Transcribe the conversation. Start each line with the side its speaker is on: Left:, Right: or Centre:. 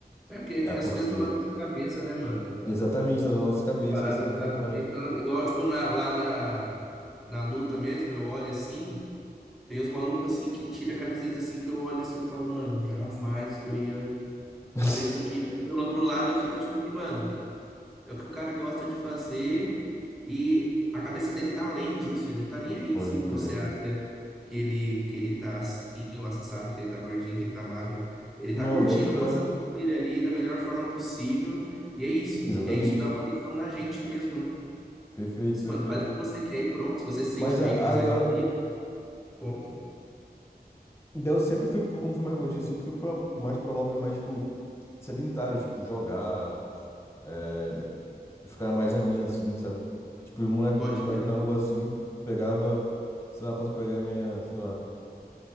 Centre: É porque
Left: É
Centre: tem,
Left: porque.
Centre: as coisas estão na nossa cabeça, né, mano?
Left: Exatamente, tá na nossa cabeça,
Centre: Parada
Left: assim, e
Centre: tá
Left: tudo mais.
Centre: dentro da nossa. Igual, tipo, na- lá na, na luta mesmo, eu olho assim, tem os malucos assim que tira a camiseta assim, que eu olho assim e falo, mano, jamais que eu ia
Left: <laughs>
Centre: fazer isso aqui. Mas Pelo outro lado, eu fico tipo assim, mano. É o que o cara gosta de fazer e a cabeça dele tá além disso. Ele não tá nem aí
Left: Pode
Centre: se você
Left: crer.
Centre: acha que ele, que ele tá assim, o assado, que ele tá gordinho, que ele tá magro. Ele tá
Left: Não,
Centre: curtindo
Left: boto fé.
Centre: o passatempo dele ali da melhor forma possível. E é isso.
Left: Exatamente.
Centre: E é isso dá uma lição na gente mesmo, né?
Left: Perfeito,
Centre: Assim,
Left: perfeito.
Centre: mano, faz o que você quer e pronto. Se você se sente
Left: Mas
Centre: bem
Left: a-
Centre: fazendo
Left: agora,
Centre: isso, ponto.
Left: daí eu sempre fui, pro- como fui mais gordinho, eu sempre fui pra, mais pro hobby, mais, tipo, sedentário, tipo, jogar, é, ficar mais na minha, assim, sabe? Tipo, os moleque,
Centre: Pode
Left: os moleque
Centre: crer.
Left: na rua, assim, pegava, sei lá, fosse pegar minha, sei lá,